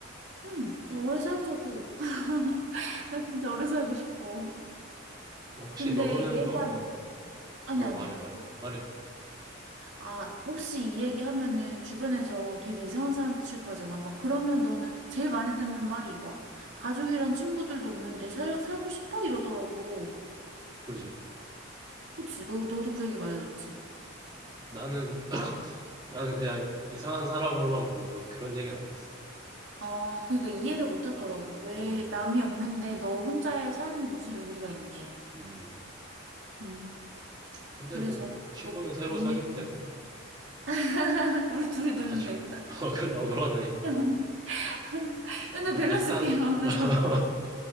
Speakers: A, on the right (about 65°); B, on the right (about 20°).
A: 응, 오래 살자고. <laughs> 나 진짜 오래 살고 싶어.
B: 뭐 혹시
A: 근데
B: 너는
A: 이 얘기하면,
B: 어, 어,
A: 아니,
B: 어,
A: 아니야.
B: 말해, 말해, 말해,
A: 아, 혹시 이 얘기하면은 주변에서 되게 이상한 사람 취급하잖아. 막 그러면 너는 제일 많이 듣는 말이 이거야. 가족이랑 친구들도 없는데 살, 살고 싶어? 이러더라고.
B: 그지?
A: 그치? 너, 너도 그 얘기 많이 들었지?
B: 나는 <laughs> 나는 그냥 이상한 사람으로만 보고 뭐 그런 얘기는 안 했어.
A: 아, 그러니까 이해를
B: 음,
A: 못 하더라고. 왜
B: 어,
A: 남이 없는데 너 혼자의 삶이 무슨 의미가 있니?
B: 음,
A: 음,
B: 근데
A: 그래서
B: 뭐 친구는
A: 뭐,
B: 새로
A: 뭔
B: 사귀면
A: 얘기?
B: 되고
A: <laughs> 우리 둘이 놀면
B: 가족,
A: 되겠다.
B: <laughs> 어 그래, 어 그러네.
A: <laughs>
B: 그
A: 맨날
B: 이런
A: 밸런스
B: 비슷한
A: 게임 하면서.
B: <laughs>